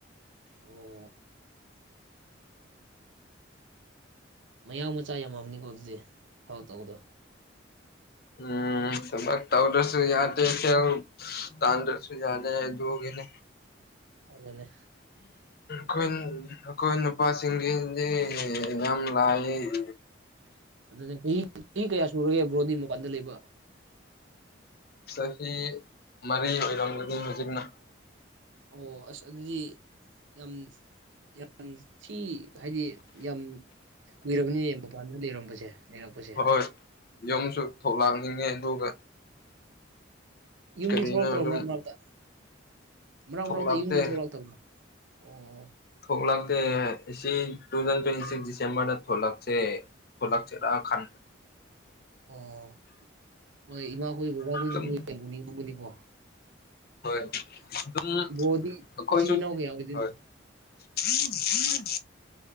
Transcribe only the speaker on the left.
ꯎꯝ ꯊꯕꯛ ꯇꯧꯗꯔꯁꯨ ꯌꯥꯗꯦꯀꯣ ꯇꯥꯟꯗꯔꯁꯨ ꯌꯥꯗꯦ ꯑꯗꯨꯒꯤꯅꯦ
ꯈꯨꯟ ꯑꯈꯣꯏ ꯅꯨꯄꯥꯁꯤꯡꯒꯤꯗꯤ ꯌꯥꯝ ꯂꯥꯏꯑꯦ <inaudible>
ꯆꯍꯤ ꯃꯔꯤ ꯑꯣꯏꯔꯝꯒꯅꯤ ꯍꯧꯖꯤꯛꯅ
ꯍꯣꯏ ꯌꯨꯝꯁꯨ ꯊꯣꯛꯂꯛꯅꯤꯡꯉꯦ
ꯑꯗꯨꯒ
ꯀꯔꯤꯅꯣ
ꯑꯗꯨꯝ
ꯊꯣꯛꯂꯛꯇꯦ
ꯊꯣꯛꯂꯛꯇꯦ ꯑꯁꯤ ꯇꯨ ꯊꯥꯎꯖꯟ ꯇ꯭ꯋꯦꯟꯇꯤ ꯁꯤꯛꯁ ꯗꯤꯁꯦꯝꯕꯔꯗ ꯊꯣꯛꯂꯛꯁꯦ ꯊꯣꯂꯛꯆꯔ ꯈꯥꯟ
ꯑꯗꯨꯝ
ꯍꯣꯏ ꯑꯗꯨꯝꯈꯣꯏꯁꯨ
ꯍꯣꯏ ꯎꯝ ꯍꯝ